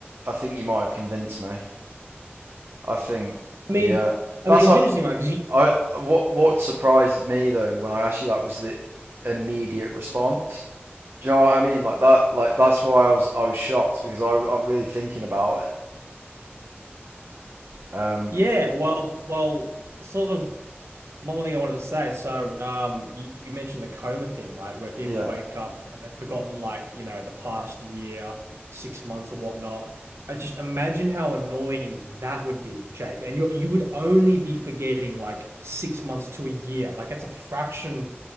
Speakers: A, on the right; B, on the right.
A: I think you might have convinced me. I think
B: I mean,
A: yeah,
B: I
A: that's
B: mean, it's
A: like
B: interesting, right? Because you,
A: I what what surprised me though when I asked you that was the immediate response. Do you know what I mean? Like that. Like that's why I was I was shocked because I I'm really thinking about it. Um.
B: <laughs> yeah, well, well, sort of. One more thing I wanted to say. So, um, you, you mentioned the coma thing, right? Where people
A: Yeah.
B: wake up and they've forgotten, like, you know, the past year, six months or whatnot. I just imagine how annoying that would be, Jake. And you you would only be forgetting like six months to a year. Like, that's a fraction